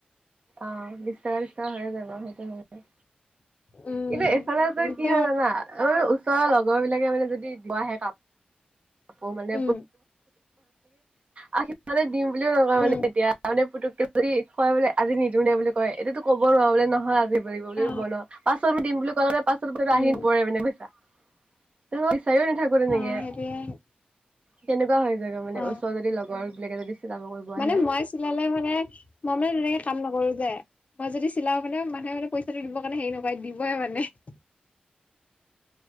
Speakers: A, on the right; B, on the left.
A: অ' বিশ টকা ত্ৰিশ টকা হৈ যাব বাৰু, সেইটো হয়।
B: উম
A: কিন্তু এইফালে কি
B: ত
A: হয় জানা আমাৰ ওচৰৰ লগৰ বিলাকে মানে যদি দিব আহে কাপোৰ আৌ মানে
B: উম
A: আানে দিম বুলিও নকয়
B: উম
A: মানে এতিয়া মানে পু <unintelligible> যদি কয় বোলে আজি নিদিওঁ দে বুলি কয় এতিটো ক'ব নোৱাৰা বোলে নহয় আজি দিব বুলি
B: অ
A: ক'ব ন পাছত। দিম বুলি কলে মানে পাছত
B: উম
A: আহি নপৰে মানে বুইছা, তে মই বিচাৰিও নাথাকো তেনেকে।
B: অ সেইটোয়ে
A: তেনেকুৱা হৈ যায়গে মানে,
B: অ
A: ওচৰৰ যদি লগৰ বিলাকে যদি চিলাব কৰিব
B: মানে
A: আহে।
B: মই চিলালে মানে মই মানে তেনেকে কাম নকৰো যে মই যদি চিলাও মানে মানুহে মানে পইচাটো দিব কাৰণে হেৰি নকয় দিবইে মানে। <unintelligible>